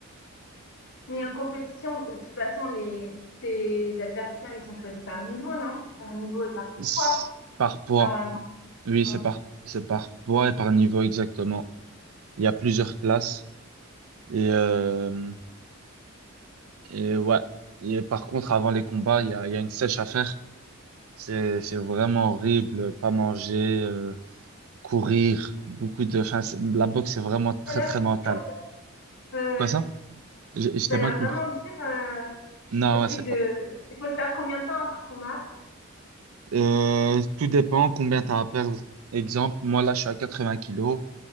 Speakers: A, on the left (about 85°); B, on the right (about 85°).
A: Mais en compétition, euh, de toute façon, les, tes adversaires, ils sont choisis par niveau, non? Par niveau et par
B: C'est
A: poids,
B: Par poids.
A: normalement.
B: Oui,
A: Mm.
B: c'est par, c'est par poids et par niveau exactement. Il y a plusieurs classes. Et, euh, et ouais. Et par contre, avant les combats, il y a, il y a une sèche à faire. C'est, c'est vraiment horrible. Pas manger, euh, courir, beaucoup de. Enfin, c'est- la boxe, c'est vraiment très,
A: Ça a l'air
B: très mental.
A: <laughs> ouais, ouais.
B: Quoi ça? J'ai- J'étais
A: Ça a l'air
B: mal compris.
A: vraiment dur, euh,
B: Non,
A: ce truc
B: ouais, c'est
A: de...
B: pas.
A: Il faut le faire combien de temps avant le combat?
B: Euh, tout dépend combien tu as à perdre. Exemple, moi là, je suis à 80 kilos,